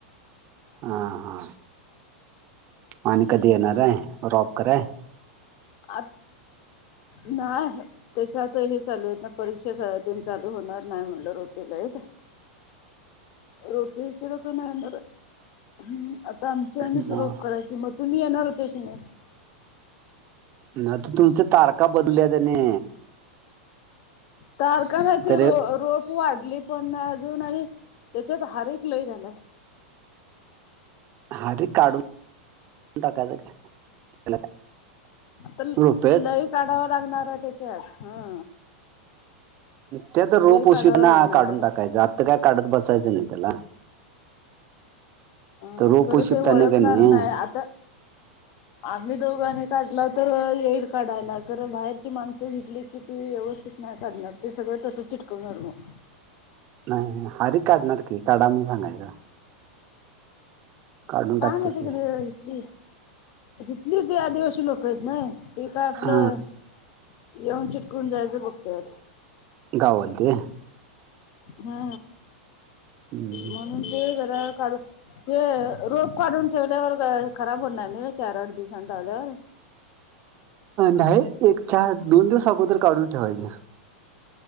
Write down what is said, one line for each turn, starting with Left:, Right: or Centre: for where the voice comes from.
Right: हा हा आणि कधी येणार आहे रॉपकरय
Left: आ नाह. त्याच्यात हे चालू आहेत ना परीक्षा ते चालू होणार नाही म्हणलं र यात
Right: <unintelligible>
Left: रोपवे तर नाही येणार हम् आता आमची आमच
Right: मग
Left: रोप करायची म तुम्ही येणार होते शिंग
Right: नाही तर तुमच तारख बदलल्या त्याने
Left: तारखा कायचे
Right: तर
Left: रो रोप ख वाढली पण अजून आणि त्याच्यात हारिक लय झाला.
Right: हरी काढून टाकायचं काय. त्याला काय
Left: तर
Right: रोप आहेत
Left: लई काढावा लागणार आहे त्याच्यात हा
Right: त्या तर रोप
Left: लई
Right: उशीतण
Left: काढावा लागणार
Right: काढून
Left: आहे
Right: टाकायचं
Left: आता
Right: आत्ता काय काढत बसायचं नाही त्याला
Left: अ
Right: त रोपो
Left: खरं
Right: शता
Left: ते ओळखणार
Right: नाही का नाही <unintelligible>
Left: आता आम्ही दोघांनी काढला तर येईल काढायला तर बाहेरची माणसं घेतली. किती व्यवस्थित नाही काढणार ते सगळं तसच चिटकवणार मग
Right: नाही नाही हरी काढणार की काढा म्हणून सांगायच. काढून
Left: काय
Right: टाकते
Left: माहिती
Right: ते
Left: कथ इथली, इतली ते आदिवाशी लोक आहेत ना, इत आपलं
Right: हा
Left: येऊन चिटकून जायचं बघतोय.
Right: गाववालती.
Left: हा
Right: हम्म
Left: म्हणून ते जरा काढु ते रोप काढून ठेवल्यावर खराब होणार नाही चार आठ दिवसांनी लावल्यावर
Right: नाही एक चार दोन दिवस अगोदर काढून ठेवायचे.